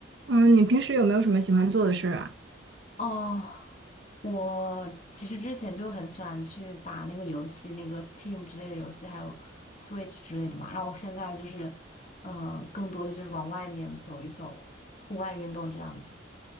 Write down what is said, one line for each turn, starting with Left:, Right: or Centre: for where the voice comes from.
Right: 嗯，你平时有没有什么喜欢做的事儿啊？
Left: 哦，我其实之前就很喜欢去打那个游戏，那个 Steam 之类的游戏，还有 Switch 之类的嘛。然后我现在就是，嗯、更多的就是往外面走一走，户外运动这样子。